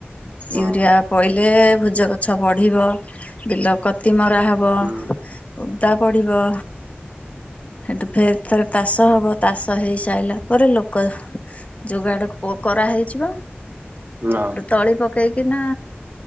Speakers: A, on the left; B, on the right.
A: ୟୁରିଆ
B: ହଁ
A: ପଡିଲେ ଭୁଜ ଗଛ ବଢିବ ବିଲ କତି ମରା ହବ।
B: ହୁଁ
A: ଓଦା ପଡିବ। ହେଠୁ ଫେର୍ ଥରେ ତାଷ ହବ ତାଷ ହେଇସାରିଲା ପରେ ଲୋକ ଯୋଗାଡ଼ କରା ହେଇଚି ପା।
B: ନାଁ
A: ତଳି ପକେଇକି ନା